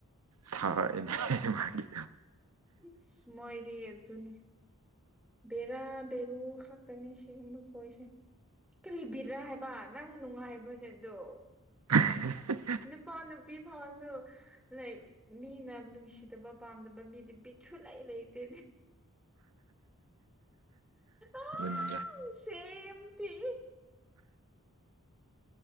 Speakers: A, on the right; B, in the centre.
A: ꯊꯔꯣꯏꯅꯦ ꯃꯥꯒꯤ
B: ꯏ ꯃꯣꯏꯗꯤ ꯌꯦ ꯑꯗꯨꯅꯤ ꯕꯦꯔꯥ ꯕꯦꯔꯨ ꯈꯥꯛꯛꯇꯅꯤ ꯁꯤꯒꯨꯝꯕ ꯊꯣꯛꯏꯁꯦ ꯀꯂꯤ ꯕꯦꯔꯥ ꯍꯥꯏꯕ ꯅꯪ ꯅꯨꯡꯉꯥꯏꯕꯅꯦ ꯑꯗꯣ
A: <inaudible>
B: ꯅꯨꯄꯥ ꯅꯨꯄꯤ ꯐꯥꯎꯁꯨ ꯂꯩ ꯃꯤꯅ ꯅꯨꯡꯁꯤꯗꯕ ꯄꯥꯝꯗꯕ ꯃꯤꯗꯤ ꯕꯤꯠꯁꯨ ꯂꯩ ꯂꯩꯇꯦ ꯑꯥ
A: ꯑꯗꯨꯖꯥꯏ
B: ꯁꯦꯝ ꯊꯤ